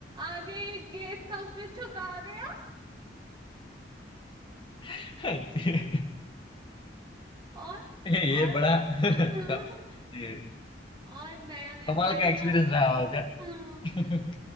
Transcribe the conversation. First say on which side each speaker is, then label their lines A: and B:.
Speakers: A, on the right (about 25°); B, on the left (about 30°).
A: आगे एक गेट था उसमें ठुका गया
B: <laughs> ये
A: और
B: ये
A: और
B: बड़ा <laughs> क-
A: <laughs>
B: ये
A: और नया नया
B: कमाल
A: गाड़ी
B: का एक्सपीरियंस
A: था
B: रहा होगा
A: हाँ
B: <laughs>